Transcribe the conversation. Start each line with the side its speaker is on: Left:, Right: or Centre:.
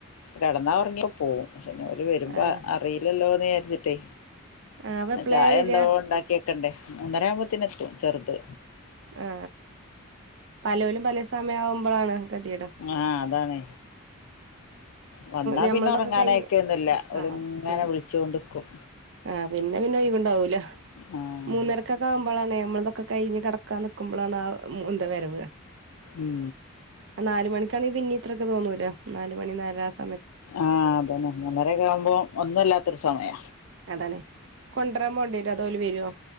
Left: കെടന്നാ ഒർങ്ങി പോവും പക്ഷെ ഓര് വരുമ്പോ
Right: ആഹ്
Left: അ റീലല്ലോന്ന് വിചാര്ച്ച്ട്ടേ
Right: ആഹ് അപ്പൊ എപ്പളാ
Left: ചായ
Right: വരിക
Left: എന്തോ ഇണ്ടാക്ക്യക്കണ്ടേ മൂന്നര ആവുമ്പോത്തിന് എത്തും ചെർത്.
Right: ആ പലോലും പല സമയം ആവുമ്പളാണ് കെത്യേട്.
Left: ആഹ് അതാണേ. വന്നാ
Right: ഞമ്മളതൊക്കെ
Left: പിന്നെ ഒർങ്ങാനയ്ക്കൊന്നുല്ല
Right: കഴിഞ്ഞ്
Left: ഓല്ങ്ങനെ
Right: ആഹ് പിന്നെ
Left: വ്ൾച്ചോണ്ട്ക്കും.
Right: ആഹ് പിന്നെ പിന്നെ ഒയ്വ്ണ്ടാവൂല.
Left: ആഹ്
Right: മൂന്നരക്കക്കാ ആവുമ്പളാണെ അമ്മൾതൊക്കെ കയ്ഞ്ഞ് കടക്കാൻ നിക്കുമ്പളാണെ ആ എന്താ വരവ്.
Left: ഉം.
Right: ആ നാല് മണിക്കാണെങ്കി പിന്നിം ഇത്രൊക്ക തോന്നൂല്ല നാല് മണി നാലര ആസ
Left: ആ അതന്നെ മൂന്നരൊക്കെ ആവുമ്പോം ഒന്നുംല്ലാത്തൊരു സമയ.
Right: അതാണേ കൊട്രാൻ പോണ്ട്യരോ അതോല് വെരോ?